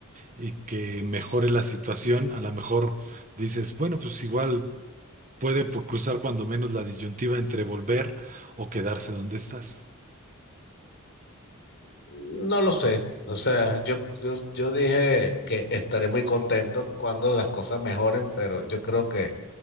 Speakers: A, on the right; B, on the left.
A: y que mejore la situación, a lo mejor dices, bueno, pues igual puede por cruzar cuando menos la disyuntiva entre volver o quedarse donde estás.
B: No lo sé. O sea, yo, yo, yo dije que estaré muy contento cuando las cosas mejoren, pero yo creo que